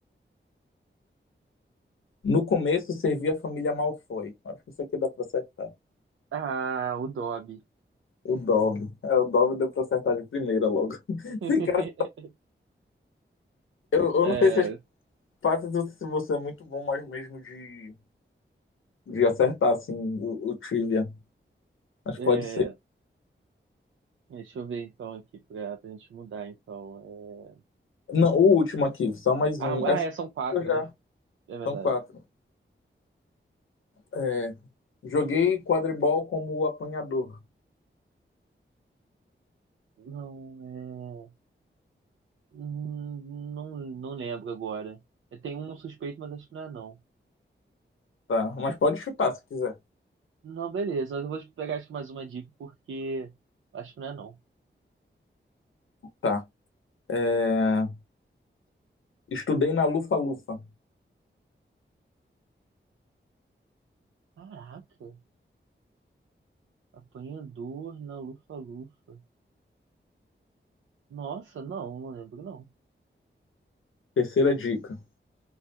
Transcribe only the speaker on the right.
Ah, o Dobby.
<laughs>
É,
É,
deixa eu ver então aqui pra, pra gente mudar então. É...
Ah,
ah, é, são quatro,
né? É verdade.
Não, é. hum, Não, não lembro agora. Eu tenho um suspeito, mas acho que não é não.
Não, beleza, mas eu vou pegar acho que mais uma dica porque acho que não é não.
Caraca, apanhador na lufa-lufa. Nossa, não, não lembro não.